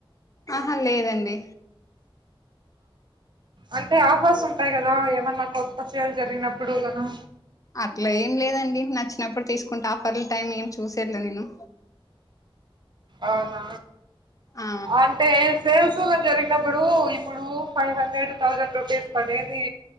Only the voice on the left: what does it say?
ఆహా లేదండి
అట్లా ఏం లేదండి నచ్చినప్పుడు తీసుకుంట ఆఫర్ల టైం ఏం చూసేట్లే నేను
ఆ